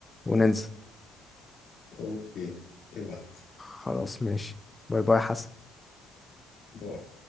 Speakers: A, on the left (about 15°); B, on the left (about 50°).
A: وننزل
B: أوكي ابعت
A: خلاص ماشي باي باي يا حسن
B: باي